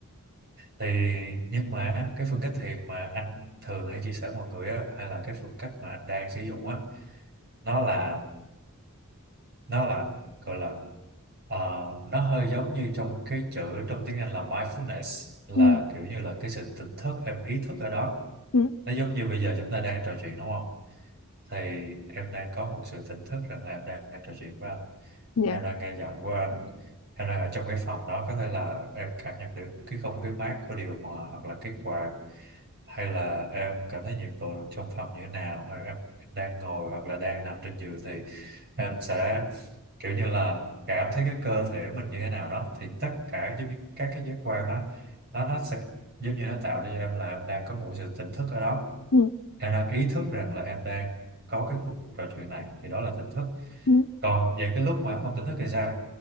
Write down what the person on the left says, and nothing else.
ừ
ừ
dạ
ừ
ừ